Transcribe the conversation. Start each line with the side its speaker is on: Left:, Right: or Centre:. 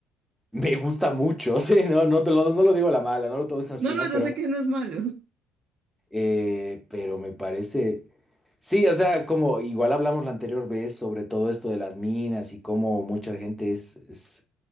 Centre: <laughs> me gusta mucho. <laughs> Sí, no, no, te lo, no lo digo a la mala, no lo tomes así,
Right: No, no,
Centre: ¿no? Pero,
Right: yo sé que no es malo.
Centre: eh, pero me parece. Sí, o sea, como igual hablamos la anterior vez sobre todo esto de las minas y cómo mucha gente es, es-